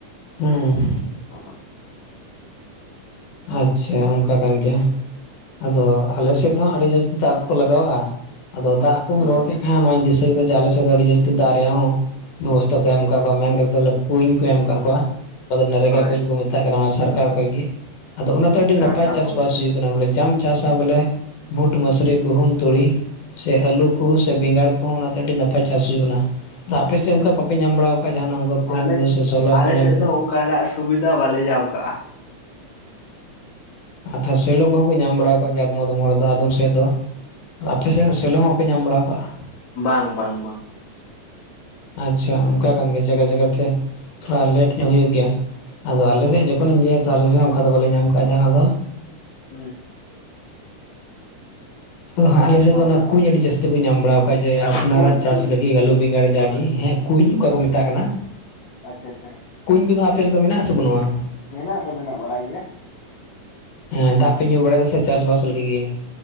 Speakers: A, on the left (about 75°); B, on the left (about 40°).
A: ᱦᱩᱸ
B: <unintelligible>
A: ᱟᱪᱪᱷᱟ ᱚᱱᱠᱟ ᱠᱟᱱ ᱜᱮᱭᱟ ᱟᱫᱚ ᱟᱞᱮ ᱥᱮᱫ ᱦᱚᱸ ᱟᱹᱰᱤ ᱡᱟᱹᱥᱛᱤ ᱫᱟᱜ ᱠᱚ ᱞᱟᱜᱟᱣᱟᱜᱼᱟ ᱟᱫᱚ ᱫᱟᱜ ᱠᱚᱢ
B: ᱦᱩᱸ
A: ᱨᱚᱲ ᱠᱮᱫ
B: ᱦᱩᱸ
A: ᱠᱷᱟᱱ ᱱᱚᱣᱟᱧ ᱫᱤᱥᱟᱹ <unintelligible> ᱫᱚ ᱟᱰᱤ ᱡᱟᱥᱛᱤ ᱫᱟᱜ ᱨᱮᱭᱟᱜ ᱦᱚᱸ ᱵᱮᱵᱚᱥᱛᱷᱟ ᱠᱚ ᱮᱢ ᱟᱠᱟᱫ ᱠᱚᱣᱟ ᱢᱮᱱ ᱠᱟᱛᱮᱫ ᱫᱚ ᱠᱩᱧ ᱠᱚ ᱮᱢ ᱟᱠᱟᱫ ᱠᱚᱣᱟ, <unintelligible> ᱠᱩᱧ
B: ᱦᱳᱭ
A: ᱠᱚ ᱢᱮᱛᱟᱜ ᱠᱟᱱᱟ ᱚᱱᱟ ᱥᱚᱨᱠᱟᱨ ᱠᱷᱚᱡ ᱜᱮ ᱟᱫᱚ
B: ᱦᱩᱸ
A: ᱚᱱᱟ
B: ᱦᱩᱸ
A: ᱛᱮ ᱟᱹᱰᱤ
B: ᱥᱚᱨᱠᱟᱨ
A: ᱱᱟᱯᱟᱭ ᱪᱟᱥ
B: ᱠᱷᱚᱱ
A: ᱵᱟᱥ ᱦᱩᱭᱩᱜ <unintelligible> ᱡᱟᱢ ᱪᱟᱥ ᱵᱚᱞᱮ ᱵᱷᱩᱴ ᱢᱩᱥᱨᱤ ᱜᱩᱦᱩᱢ ᱛᱩᱲᱤ ᱥᱮ ᱟᱹᱞᱩᱼᱼ ᱠᱚ ᱥᱮ
B: ᱦᱩᱸ᱾
A: ᱵᱮᱸᱜᱟᱲ ᱠᱚ ᱦᱚᱸ ᱚᱱᱟ ᱛᱮ ᱟᱹᱰᱤ ᱱᱟᱯᱟᱭ ᱪᱟᱥ ᱦᱩᱭᱩᱜ ᱠᱟᱱᱟ, ᱟᱫᱚ ᱟᱯᱮ ᱥᱮᱫ
B: ᱟᱪᱪᱷᱟ
A: ᱚᱱᱠᱟ ᱵᱟᱯᱮ ᱧᱟᱢ ᱵᱟᱲᱟ ᱟᱠᱟᱫᱼᱟ ᱡᱟᱦᱟᱱᱟᱜ ᱩᱱᱠᱩ
B: ᱟᱞᱮ
A: ᱠᱩᱧ ᱠᱚ ᱥᱮ ᱥᱳᱞᱟᱨ
B: ᱟᱞᱮ
A: ᱯᱮᱱᱮᱞ
B: ᱥᱮᱫ
A: ᱠᱚ?
B: ᱫᱚ ᱚᱱᱠᱟᱱᱟᱜ ᱥᱩᱵᱤᱫᱷᱟ ᱵᱟᱞᱮ ᱧᱟᱢ ᱠᱟᱜᱼᱟ,
A: ᱟᱫᱷᱟ ᱥᱮᱞᱚ ᱠᱚᱦᱚᱸ ᱠᱚ ᱧᱟᱢ ᱵᱟᱲᱟ ᱟᱠᱟᱜ ᱜᱮᱭᱟ ᱟᱫᱚᱢ ᱟᱫᱚᱢ ᱦᱚᱲ ᱫᱚ ᱟᱫᱚᱢ ᱥᱮᱫ ᱫᱚ, ᱟᱯᱮ ᱥᱮᱫ ᱱᱟᱜ ᱥᱮᱞᱳ ᱦᱚᱸ ᱵᱟᱯᱮ ᱧᱟᱢ ᱵᱟᱲᱟ ᱠᱟᱜᱼᱟ,
B: ᱵᱟᱝ ᱵᱟᱝ ᱵᱟᱝ,
A: ᱟᱪᱪᱷᱟ ᱚᱱᱠᱟ ᱠᱟᱱ ᱜᱮᱭᱟ ᱡᱟᱭᱜᱟ ᱡᱟᱭᱜᱟ ᱛᱮ, <unintelligible> ᱦᱩᱭᱩᱜ ᱜᱮᱭᱟ ᱟᱫᱚ ᱟᱞᱮ ᱥᱮᱫ ᱡᱚᱠᱷᱚ ᱱᱤᱧ ᱞᱟᱹᱭᱟ ᱛᱚ ᱟᱞᱮ ᱥᱮᱫ ᱚᱱᱠᱟ ᱫᱚ ᱵᱟᱞᱮ ᱧᱟᱢ ᱠᱟᱜᱼᱟ ᱡᱟᱦᱟᱸᱱᱟᱜ ᱫᱚ
B: ᱦᱮᱸ
A: ᱟᱫᱚ ᱟᱞᱮ‌ᱥᱮᱫ
B: ᱚ
A: ᱫᱚ ᱚᱱᱟ
B: ᱦᱮᱸ
A: ᱠᱩᱧ ᱟᱹᱰᱤ ᱡᱟᱹᱥᱛᱤ ᱠᱚ ᱧᱟᱢ ᱵᱟᱲᱟ ᱟᱠᱟᱜᱼᱟ ᱡᱮ ᱟᱯᱱᱟᱨᱟᱜ
B: ᱠᱩᱧ
A: ᱪᱟᱥ
B: ᱠᱩᱧ
A: ᱞᱟᱹᱜᱤᱫ ᱟᱞᱩ ᱵᱮᱸᱜᱟᱲ ᱡᱟᱜᱮ
B: ᱦᱳᱭ
A: ᱦᱮᱸ ᱠᱩᱧ ᱚᱠᱟ
B: ᱦᱳᱭ
A: ᱠᱚ ᱢᱮᱛᱟᱜ ᱠᱟᱱᱟ?
B: ᱟᱪᱪᱷᱟ ᱟᱪᱪᱷᱟ
A: ᱠᱩᱧ ᱠᱚᱫᱚ ᱟᱯᱮ ᱥᱮᱫ ᱫᱚ ᱢᱮᱱᱟᱜ ᱟᱥᱮ ᱵᱟᱹᱱᱩᱜᱼᱟ?
B: ᱢᱮᱱᱟᱜ ᱫᱚ ᱢᱮᱱᱟᱜ ᱵᱟᱲᱟᱭ ᱜᱮᱭᱟ
A: ᱦᱮᱸ ᱫᱟᱜ ᱯᱮ ᱧᱩ ᱵᱟᱲᱟᱭ ᱮᱫᱟ ᱥᱮ ᱪᱟᱥ ᱵᱟᱥ ᱞᱟᱹᱜᱤᱫ ᱜᱮ?